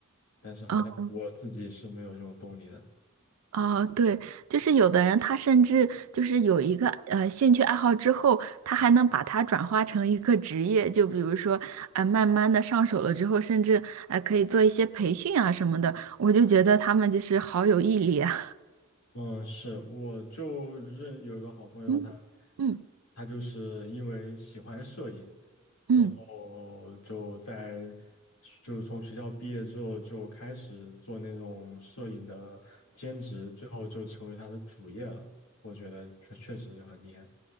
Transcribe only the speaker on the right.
嗯啊对，就是有的人他甚至就是有一个呃兴趣爱好之后，他还能把它转化成一个职业，就比如说，哎、慢慢的上手了之后，甚至哎、可以做一些培训啊什么的，我就觉得他们就是好有毅力啊。
嗯嗯
嗯，